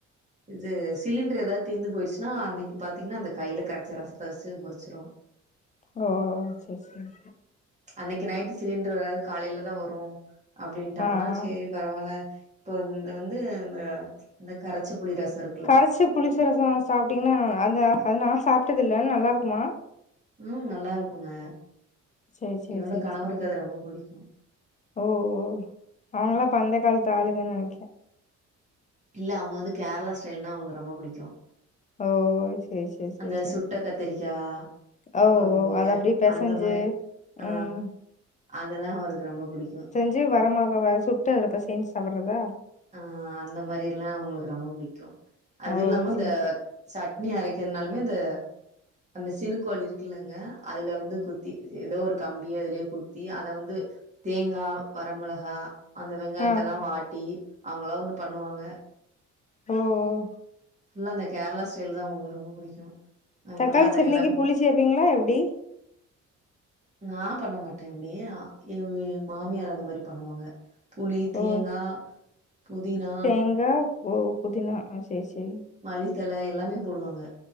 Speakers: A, on the right (about 25°); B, on the left (about 25°).
A: இது சிலிண்டர் ஏதாது தீந்து போயிட்ச்சுன்னா அன்னைக் பாத்தீங்கன்னா அந்த கைல கரச்ச ரசத்த வச்சு முடிச்சிருவோ
B: ஓ சேர் சேர் சே
A: அன்னைக்கு நைட்டு சிலிண்டர் வராது காலைல தா வரும் அப்டின்ட்டாங்கன்னா
B: ஆ ஆ
A: சேரி பரவால்ல இப்போ இந்த வந்து அ இந்த கரச்ச புளி ரசோருக்
B: கரைச்சி புளிச்ச ரசோ சாப்டீங்கன்னா அந்த அது நா சாப்டது இல்ல நல்லா இருக்குமா
A: ம் நல்லா இருக்குங்க
B: சேரி சேரி
A: என்னோட
B: சேரி
A: கணவருக்கு
B: சேரிங்க
A: அது ரொம்ப புடிக்கு
B: ஓ ஓ அவுங்கள்லா அப்ப அந்த காலத்து ஆளுங்க நெனைக்கே
A: இல்ல அவுங்க வந்து கேரளா ஸ்டைல்னா அவுங்களுக்கு ரொம்ப புடிக்கோ
B: ஓ சேரி சேரி சேரி
A: அந்த
B: சேரி
A: சுட்ட கத்திரிக்கா
B: ஓ
A: கொழம்பு
B: ஓ அத அப்டியே பெசஞ்சு
A: அந்த மாரி ஆ
B: ம்
A: அதெல்லா அவருக்கு ரொம்ப புடிக்கு
B: சி வரமொளகாவ சுட்டு‌ அதுல பெசஞ்சி சாப்புட்றதா
A: ஆ அந்த மாரில்லா அவுங்களுக்கு ரொம்ப புடிக்கு அது
B: ஓ
A: இல்லாம
B: சேரி
A: இந்த சட்னி அரைக்கினு இன்னாலுமே இந்த அந்த சினுக்கோள் இருக்குல்லங்க அதுல வந்து குத்தி ஏதோ ஒரு கம்பியோ எதுலயோ குத்தி அத வந்து தேங்கா வரமெளகா அந்த வெங்காயத்தெல்லா
B: ஆ
A: வாட்டி அவங்களா ஒன்னு பண்ணுவாங்க
B: ஓ ஓ
A: ஃபுல்லா அந்த கேரளா ஸ்டைல் தா அவங்களுக்கு ரொம்ப புடிக்கு அதனால
B: தக்காளி
A: அது
B: சட்னிக்கு
A: எல்லாமே
B: புளி சேப்பீங்ளா எப்டி
A: <inaudible> நா பண்ண மாட்டே அப்டி இவ இவங்க எயே மாமியார் அந்த மாரி பண்ணுவாங்க புளி தேங்கா
B: ஓ
A: புதினா
B: எங்க ஓ புதினா ஆ செரி செரி
A: மல்லித்தழ எல்லாமே போடுவாங்க